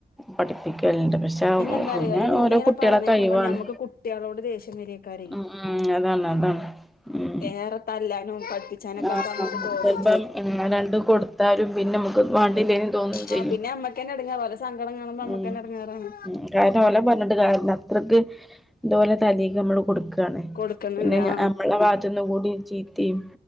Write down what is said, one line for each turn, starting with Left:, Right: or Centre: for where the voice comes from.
Centre: പഠിപ്പിക്കൽണ്ട് പക്ഷെ
Left: എന്താറിയോ
Centre: പിന്നെ
Left: ഇത്
Centre: ഓരോ
Left: ഇങ്ങനെ
Centre: കുട്ട്യേളെ
Left: പറയണേക്കുമ്പോ
Centre: കയ് വാണ്
Left: ഞമ്മക്ക് കുട്ടികളോട് ദേഷ്യം വരേക്കാരെ
Centre: ഉം ഉം അതാണ് അതാണ് ഉം
Left: ഏറെ തല്ലാനും പഠിപ്പിച്ചാനൊക്കെ
Centre: ആ
Left: അപ്പ നമുക്ക് തോന്നും
Centre: ചെൽപ്പം ഉം രണ്ട് കൊടുത്താലും പിന്നെ അമ്മക്കത് വാങ്ങില്ലെയ് <unintelligible> ചെയ്യും
Left: ആ പിന്നെ അമ്മക്കന്നെ എടങ്ങേറാ ഓലെ സങ്കടം കാണുമ്പോ അമ്മക്കന്നെ
Centre: ഉം
Left: എടങ്ങേറാണ്
Centre: ഉം കാര്ണ ഓല പർണ് ട്ട് <unintelligible> ന്നട്ട് ത് ഓലെ <unintelligible> ഞമ്മള് കൊടു താണ്
Left: കൊടുക്കുന്നുണ്ട്
Centre: പിന്നെ ഞ
Left: ആ
Centre: അമ്മളെ വാത്ത്ന്നും കൂടി ചീത്തിം